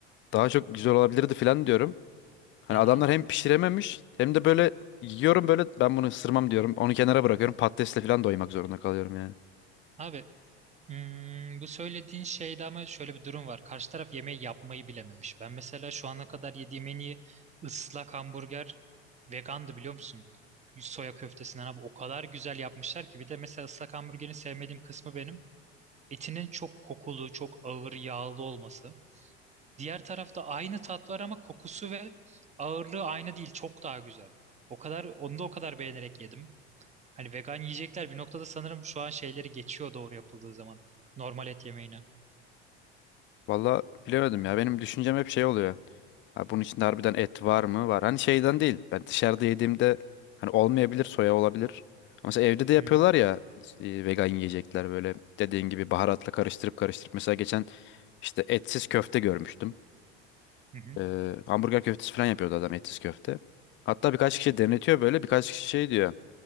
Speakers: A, on the left (about 35°); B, on the right (about 20°).
A: daha çok güzel olabilirdi falan diyorum. Hani
B: Aha.
A: adamlar hem pişirememiş hem de böyle yiyorum böyle ben bunu ısırmam diyorum. Onu kenara bırakıyorum. Patatesle falan doymak zorunda kalıyorum yani.
B: Abi hmm, bu söylediğin şeyde ama şöyle bir durum var. Karşı taraf yemeği yapmayı bilememiş. Ben mesela şu ana kadar yediğim en iyi ıslak hamburger vegandı biliyor musun? Soya köftesinden abi o kadar güzel yapmışlar ki. Bir de mesela ıslak hamburgerin sevmediğim kısmı benim. Etinin çok kokulu, çok ağır, yağlı olması. Diğer tarafta aynı tat var ama kokusu ve ağırlığı aynı değil. Çok daha güzel. O kadar, onu da o kadar beğenerek yedim. Hani vegan yiyecekler bir noktada sanırım şu an şeyleri geçiyor doğru yapıldığı zaman. Normal et yemeğine.
A: Valla bilemedim ya. Benim düşüncem hep şey oluyor. Ha, bunun içinde harbiden et var mı? Var. Hani şeyden değil. Ben dışarıda yediğimde hani olmayabilir, soya olabilir. Ama mesela evde de yapıyorlar
B: Hı hı
A: ya e, vegan yiyecekler böyle dediğin gibi baharatla karıştırıp karıştırıp. Mesela geçen işte etsiz köfte görmüştüm.
B: hı hı
A: Ee, hamburger köftesi falan yapıyordu adam etsiz köfte. Hatta birkaç kişi denetiyor böyle. Birkaç kişi şey diyor.